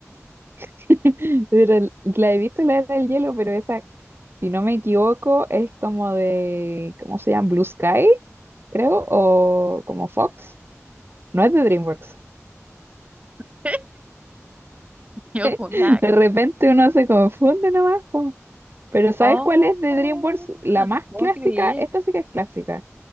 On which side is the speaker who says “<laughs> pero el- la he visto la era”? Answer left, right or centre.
Right